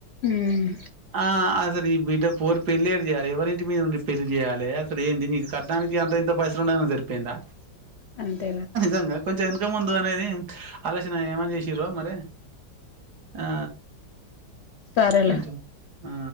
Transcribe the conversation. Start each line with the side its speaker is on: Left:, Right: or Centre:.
Left: ఉమ్
Right: ఆ అదే న బిడ్డ పోరు పెళ్లి ఏరు చేయాల ఎవరింటి మీద ఉండి పెళ్లియాలి అసే ఏంటి నీకు కట్నానికి అంత ఇంత పైసలు ఉండ జరిపేందా
Left: అంతేరా
Right: జంగా కొంచెం ఎంక ముందు అనేది ఆలోచన ఏమని చేసిరో మరి ఆ
Left: సరేలే
Right: కొంచెం ఆ